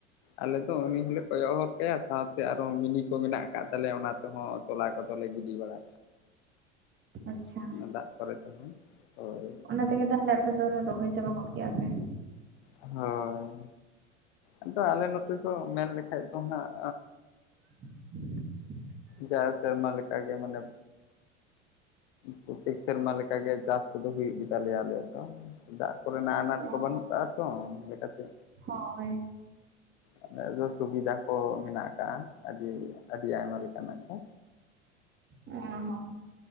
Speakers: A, on the left (about 55°); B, on the right (about 30°).
A: ᱟᱞᱮ ᱫᱚ ᱩᱱᱤ ᱦᱚᱸᱞᱮ ᱠᱚᱭᱚᱜ ᱦᱚᱨ ᱠᱟᱭᱟ, ᱥᱟᱶᱛᱮ ᱟᱨᱦᱚ ᱢᱤᱱᱤ ᱠᱚ ᱢᱮᱱᱟᱜ ᱟᱠᱟᱫ ᱛᱟᱞᱮᱭᱟ ᱚᱱᱟ ᱛᱮᱦᱚᱸ᱾ ᱛᱚᱞᱟ ᱠᱚᱫᱚ ᱞᱮ ᱜᱤᱰᱤ ᱵᱟᱲᱟ
B: ᱟᱪᱪᱷᱟ
A: ᱠᱟᱜ-ᱟ᱾ ᱫᱟᱜ ᱠᱚᱨᱮ ᱛᱮᱦᱚᱸ ᱦᱳᱭ
B: ᱚᱱᱟ ᱛᱮᱜᱮ ᱛᱟᱦᱚᱞᱮ ᱟᱯᱮ ᱫᱚ ᱨᱚᱦᱚᱭ ᱪᱟᱵᱟ ᱜᱚᱫ ᱠᱮᱭᱟ ᱯᱮ᱾
A: ᱦᱳᱭ, ᱟᱫᱚ ᱟᱞᱮ ᱱᱚᱛᱮ ᱫᱚ ᱢᱮᱱ ᱞᱮᱠᱷᱟᱡ ᱫᱚ ᱦᱟᱸᱜ
B: <inaudible>
A: ᱡᱟᱣ ᱥᱮᱨᱢᱟ ᱞᱮᱠᱟᱜᱮ ᱢᱟᱱᱮ ᱯᱩᱛᱤ ᱥᱮᱨᱢᱟ ᱞᱮᱠᱟ ᱜᱮ ᱪᱟᱥ ᱠᱚᱫᱚ ᱦᱩᱭᱩᱜ ᱜᱮᱛᱟᱞᱮᱭᱟ ᱟᱞᱮᱭᱟᱜ ᱫᱚ᱾ ᱫᱟᱜ ᱠᱚᱨᱮᱱᱟᱜ ᱟᱱᱟᱴ
B: ᱚ
A: ᱠᱚ ᱵᱟᱹᱱᱩᱜ ᱠᱟᱜᱼᱟ ᱛᱚ ᱞᱮᱠᱟᱛᱮ
B: ᱦᱚᱸ ᱦᱳᱭ
A: ᱟᱞᱮ ᱫᱚ ᱥᱩᱵᱤᱫᱷᱟ ᱠᱚ ᱢᱮᱱᱟᱜ ᱟᱠᱟᱜᱼᱟ ᱟᱹᱰᱤ ᱟᱹᱰᱤ ᱟᱭᱢᱟ ᱞᱮᱠᱟᱱᱟᱜ ᱜᱮ᱾
B: ᱚ ᱦᱚᱸ